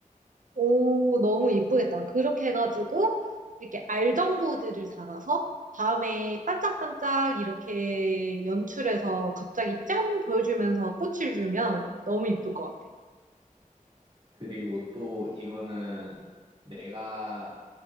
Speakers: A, on the right (about 70°); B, on the right (about 35°).
A: 오, 너무 예쁘겠다. 그렇게 해가지고, 이렇게 알전구들을 달아서, 다음에 반짝반짝 이렇게 연출해서 갑자기 짠! 보여주면서 꽃을 주면 너무 예쁠 것 같아.
B: 그리고 또 이거는 내가